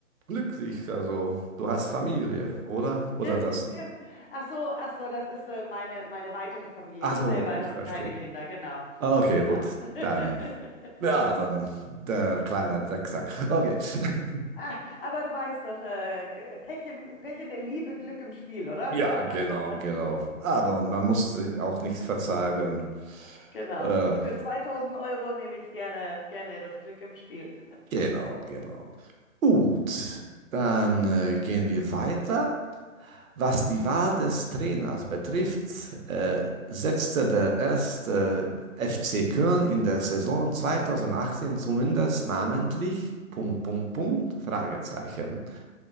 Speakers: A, on the right; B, on the left.
A: glücklich. Also, du hast Familie, oder? Oder
B: Gen,
A: das?
B: gen. Ach so, ach so, das ist äh, meine, meine weitere Familie.
A: Also,
B: Ich selber
A: ich
B: habe
A: verstehe.
B: keine Kinder, genau,
A: Okay,
B: genau.
A: gut.
B: <laughs>
A: Dann, ja, dann der kleine Drecksack. Okay. <laughs>
B: Ah, aber du weißt doch, äh, Pech im, Pech in der Liebe, Glück im Spiel, oder?
A: Ja, genau,
B: <laughs>
A: genau. Aber und man muss auch nicht verzagen.
B: Genau.
A: Äh,
B: Und für 2000 Euro nehme ich gerne, gerne das Glück im Spiel.
A: genau, genau. Gut, dann äh, gehen wir weiter. Was die Wahl des Trainers betrifft, äh, setzte der erste FC Köln in der Saison 2018 zumindest namentlich Punkt, Punkt, Punkt, Fragezeichen.